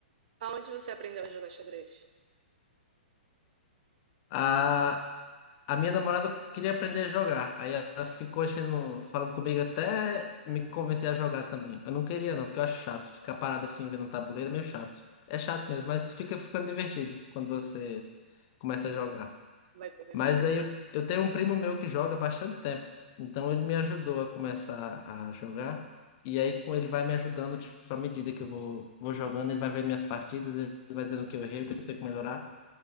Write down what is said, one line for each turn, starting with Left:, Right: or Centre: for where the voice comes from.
Right: Aonde você aprendeu a jogar xadrez?
Left: Ah, A minha namorada queria aprender a jogar. Aí ela ficou achando, falando comigo até me convencer a jogar também. Eu não queria não, porque eu acho chato. Ficar parado assim vendo um tabuleiro é meio chato. É chato mesmo, mas fica ficando divertido quando você começa a jogar.
Right: Vai pegando
Left: Mas
Right: experiência.
Left: aí eu, eu tenho um primo meu que joga há bastante tempo. Então ele me ajudou a começar a jogar. E aí com ele vai me ajudando, tipo, à medida que eu vou, vou jogando, ele vai vendo minhas partidas, ele vai dizendo o que eu errei, o que eu tenho que melhorar.